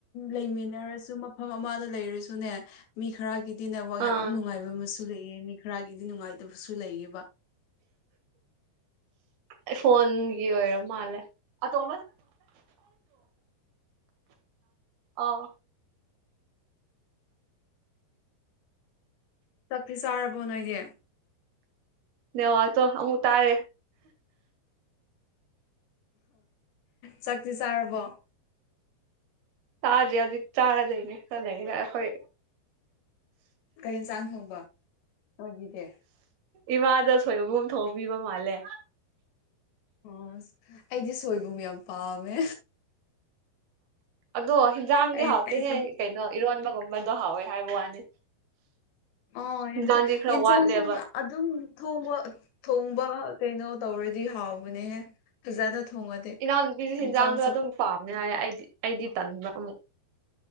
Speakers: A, on the left (about 85°); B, on the right (about 70°).
A: ꯂꯩꯃꯤꯟꯅꯔꯁꯨ ꯃꯐꯝ ꯑꯃꯗ ꯂꯩꯔꯁꯨꯅꯦ ꯃꯤ ꯈꯔꯒꯤꯗꯤ ꯅꯕ ꯌꯥꯝ
B: ꯑꯥ
A: ꯅꯨꯡꯉꯥꯏꯕ ꯑꯃꯁꯨ ꯂꯩꯑ ꯃꯤ ꯈꯔꯒꯤꯗꯤ ꯅꯨꯡꯉꯥꯏꯇꯕꯁꯨ ꯂꯩꯑꯕ <inaudible>
B: ꯑꯩ ꯐꯣꯟꯒꯤ ꯑꯣꯏꯔ ꯃꯥꯜꯂꯦ ꯑꯣ ꯑꯣ
A: ꯆꯥꯛꯁꯤꯤ ꯆꯥꯔꯕꯣ ꯅꯣꯏꯗꯤ
B: ꯅꯦꯠꯋꯥꯛꯇꯣ ꯑꯃꯨꯛ ꯇꯥꯔꯦ
A: ꯆꯥꯛꯁꯤꯤ ꯆꯥꯔꯕꯣ
B: ꯆꯥꯗꯦ ꯍꯧꯖꯤꯛ ꯆꯥꯔꯗꯣꯏꯅꯦ ꯆꯠꯅꯤ ꯑꯩꯈꯣꯏ
A: ꯀꯩ ꯏꯪꯖꯥꯡ ꯊꯣꯡꯕ ꯅꯣꯏꯒꯤꯗꯤ
B: ꯏꯃꯥꯗ ꯁꯣꯏꯕꯕꯨꯝ ꯊꯣꯛꯍꯕꯤꯕ ꯃꯥꯜꯂꯦ
A: ꯑꯣ ꯑꯩꯗꯤ ꯁꯣꯏꯕꯨꯝ ꯌꯥꯝ ꯄꯥꯝꯃꯦ
B: ꯑꯗꯣ ꯍꯤꯟꯖꯥꯡꯗꯤ
A: ꯑꯩ
B: ꯍꯥꯎꯇꯍꯦ
A: ꯑꯩꯁꯨ
B: ꯀꯩꯅꯣ ꯏꯔꯣꯟꯕꯒꯨꯝꯕꯗꯣ ꯍꯥꯎꯋꯦ ꯍꯥꯏꯕ ꯋꯥꯅꯤ
A: ꯑ
B: ꯍꯤꯟꯖꯥꯡꯗꯤ ꯈꯔ
A: ꯌꯦ
B: ꯋꯥꯠꯂꯦꯕ
A: ꯆ ꯁ ꯑꯗꯨꯝ ꯊꯣꯡꯕ ꯊꯣꯡꯕ ꯀꯩꯅꯣ ꯇꯧꯔꯗꯤ ꯍꯥꯎꯕꯅꯦꯍꯦ ꯐꯖꯅꯥ ꯊꯣꯡꯉꯗꯤ
B: ꯏꯅꯥꯎꯅꯨꯄꯤꯁꯨ
A: ꯏꯪꯖꯥꯡ
B: ꯍꯤꯟꯖꯥꯡꯗꯣ
A: ꯁꯨ
B: ꯑꯗꯨꯝ ꯄꯥꯝꯃꯦ ꯍꯥꯏꯌꯦ ꯑꯩꯗꯤ ꯑꯩꯗꯤ ꯇꯟꯕ ꯑꯃꯨꯛ